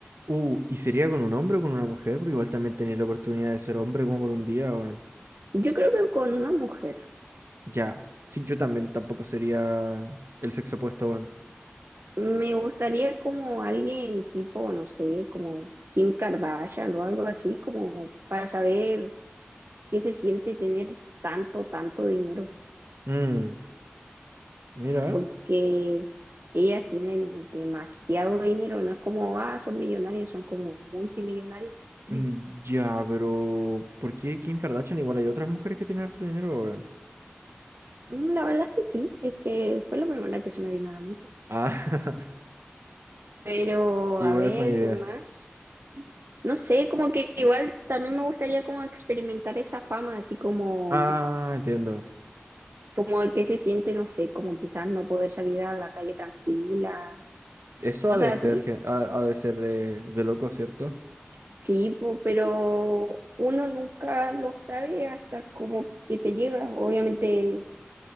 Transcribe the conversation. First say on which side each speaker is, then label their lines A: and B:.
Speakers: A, on the right (about 85°); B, on the right (about 70°).
A: Uh, ¿y sería con un hombre o con una mujer? Porque igual también tenía la oportunidad de ser hombre como por un día, weón.
B: Yo creo que con una mujer.
A: Ya. Sí, yo también tampoco sería el sexo opuesto, weón.
B: Me gustaría como alguien tipo, no sé, como Kim Kardashian o algo así, como para saber qué se siente tener tanto, tanto dinero.
A: Mm, mira.
B: porque ellas tienen demasiado dinero, no es como, ah, son millonarios, son como multimillonarios.
A: Mm,
B: <laughs>
A: Ya, pero ¿por qué Kim Kardashian? Igual hay otras mujeres que tienen harto dinero, weón.
B: Mm, La verdad es que sí, es que fue la primera que se me vino a la mente.
A: Ah, <laughs>
B: Pero,
A: igual
B: a ver,
A: fue una idea.
B: ¿qué más? No sé, como que igual también me gustaría como experimentar esa fama, así como,
A: Ah, entiendo.
B: como el que se siente, no sé, como quizás no poder salir a la calle tranquila,
A: Eso
B: cosas
A: ha de ser,
B: así.
A: gen- ha, ha de ser eh, de loco, ¿cierto?
B: Sí, po, pero uno nunca lo sabe hasta como que te llega. Obviamente